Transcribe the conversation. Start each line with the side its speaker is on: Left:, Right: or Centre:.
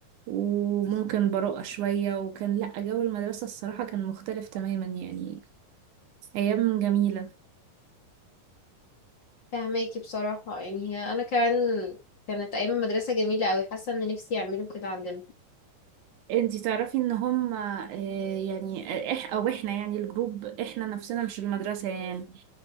Right: وممكن براءة شوية وكان لأ جو المدرسة الصراحة كان مختلف تماما يعني أيام جميلة
Left: فهماكي بصراحه يعني هي انا كمان كانت ايام المدرسه جميله قوي حاسه ان نفسي يعملوا كده عندنا
Right: انتي تعرفي ان هم آه، يعني آه، إح او احنا يعني الجروب احنا نفسنا مش المدرسة يعني